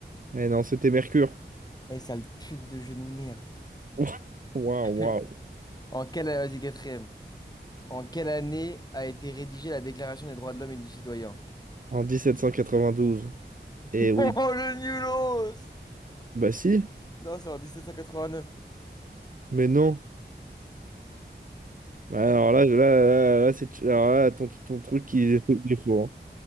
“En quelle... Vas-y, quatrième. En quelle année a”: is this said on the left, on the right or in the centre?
Left